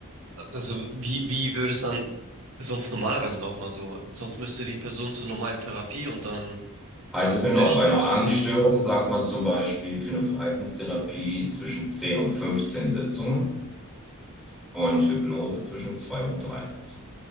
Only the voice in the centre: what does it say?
Also genau,
bei einer
Angststörung
sagt man zum Beispiel für eine Verhaltenstherapie zwischen 10 und 15 Sitzungen und Hypnose zwischen 2 und 3 Sitzungen.